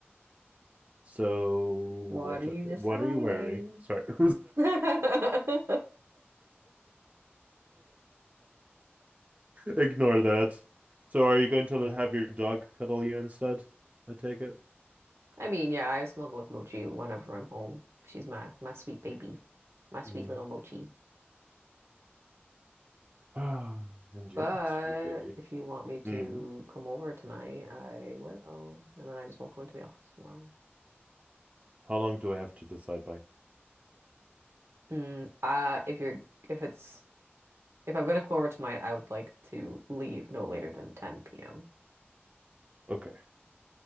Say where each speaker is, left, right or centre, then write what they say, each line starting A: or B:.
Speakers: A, on the right; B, on the right.
A: So
B: What
A: what
B: are you
A: are-
B: deciding?
A: what are you wearing? Sorry. <laughs>
B: <laughs> I
A: Ignore that. So are you going to have your dog cuddle you instead? I take it.
B: mean, yeah, I snuggle with Mochi whenever I'm home. She's my my sweet baby, my sweet
A: Mm.
B: little Mochi.
A: Ah, and
B: But
A: you're my sweet baby.
B: if you want me to
A: Mm.
B: come over tonight, I will, and then I just won't go into the office tomorrow.
A: How long do I have to decide by?
B: Mm, uh, if you're if it's If I'm gonna come over tonight, I would like to leave no later than 10 p.m.
A: Okay.